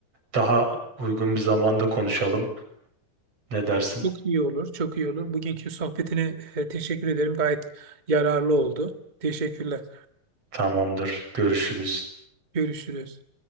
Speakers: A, on the right; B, on the right.
A: daha uygun bir zamanda konuşalım. Ne dersin?
B: Çok iyi olur, çok iyi olur. Bugünkü sohbetine e, teşekkür ederim. Gayet yararlı oldu. Teşekkürler.
A: Tamamdır. Görüşürüz.
B: Görüşürüz.